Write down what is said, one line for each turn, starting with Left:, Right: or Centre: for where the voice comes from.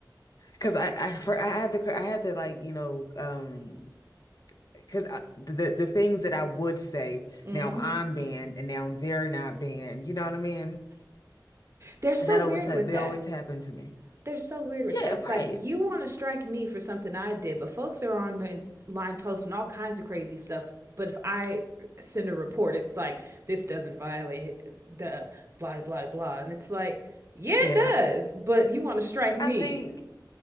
Left: cuz I I for I have to cr- I have to like, you know, um cuz the the things that I would say
Right: Mm.
Left: now I'm banned and now they're not banned. You know what I mean?
Right: They're so
Left: And that always
Right: weird
Left: like
Right: with
Left: they
Right: that.
Left: always happen to me.
Right: They're so weird with
Left: Yeah,
Right: that. It's like
Left: right.
Right: you want to strike me for something I did, but folks are on the line posting all kinds of crazy stuff. But if I send a report, it's like this doesn't violate the blah blah blah, and it's like yeah, it
Left: Yeah.
Right: does. But you want to strike me?
Left: I think